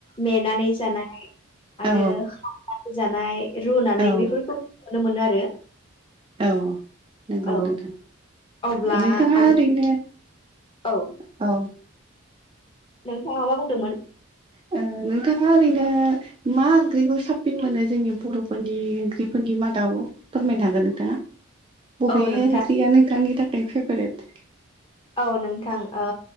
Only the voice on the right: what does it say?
औ
औ
औ नंगौ
नोंथां
नोंथांङा
ओरैनो
औ
ओ नोंथांङा ओरैनो मा ओंख्रिखौ साबसिन मोनो जोंनि बर'फोरनि ओंख्रिफोरनि मादाव फोरमायनो हागोन नोंथां बबे
ओंख्रिया नोंथांनि थाखाय फेभ्रेट